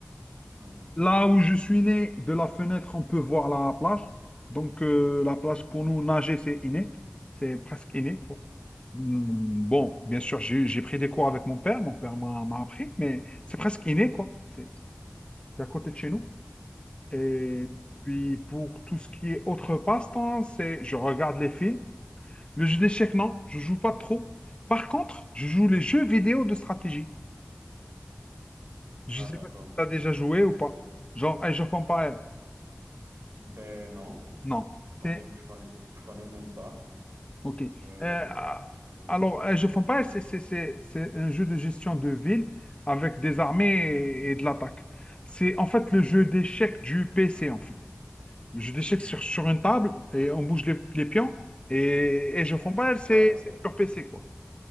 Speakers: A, on the right (about 70°); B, on the left (about 25°).
A: Mhm.
B: Là où je suis né, de la fenêtre, on peut voir la plage. Donc, euh, la plage, pour nous, nager, c'est inné. C'est presque inné, quoi. Hmm, Bon, bien sûr, j'ai j'ai pris des cours avec mon père. Mon père m'a m'a appris, mais c'est presque inné, quoi. C'est c'est à côté de chez nous. Et
A: Mhm.
B: puis, pour tout ce qui est autre passe-temps, c'est je regarde les films. Le jeu d'échecs, non, je joue pas trop. Par contre, je joue les jeux vidéo de stratégie. Je
A: Ah,
B: sais
A: d'accord.
B: pas si tu as déjà joué ou pas. Genre Age of Empires.
A: Ben non,
B: Non.
A: je connais,
B: C'est...
A: je connais, je connais même pas.
B: Ok. Euh,
A: Euh,
B: ah,
A: euh,
B: alors, Age of Empires, c'est c'est- c'est- c'est un jeu de gestion de ville avec des armées et, et de l'attaque. C'est en fait le jeu d'échecs du PC, en fait. Le jeu d'échecs sur, sur une table et on bouge les, les pions. Et Age of
A: ouais.
B: Empires, c'est
A: Ah, d'accord.
B: c'est sur PC, quoi.